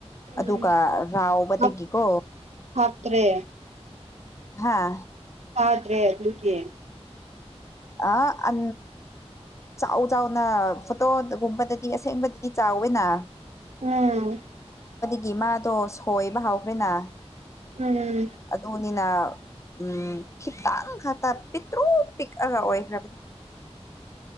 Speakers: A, on the left; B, on the right.
A: ꯑꯗꯨꯒ
B: ꯎꯝ
A: ꯔꯥꯎꯕꯗꯒꯤꯀꯣ
B: ꯍꯥꯞ ꯍꯥꯞꯇ꯭ꯔꯦ
A: ꯍꯥꯥ
B: ꯐꯥꯗ꯭ꯔꯦ ꯑꯗꯨꯒꯤ
A: ꯑ ꯆꯥꯎ ꯆꯥꯎꯅ ꯐꯣꯇꯣꯒꯨꯝꯕꯗꯗꯤ ꯑꯁꯦꯡꯕꯗꯗꯤ ꯆꯥꯎꯋꯦꯅ
B: ꯎꯝ
A: ꯒꯤ ꯃꯥꯗꯣ ꯁꯣꯏꯕ ꯍꯥꯎꯈ꯭ꯔꯦꯅꯥ
B: ꯎꯝ
A: ꯑꯗꯨꯅꯤꯅ ꯎꯝ ꯈꯤꯇꯪ ꯈꯛꯇ ꯄꯤꯛꯇ꯭ꯔꯨ ꯄꯤꯛꯑꯒ ꯑꯣꯏꯈ꯭ꯔꯕꯅꯤ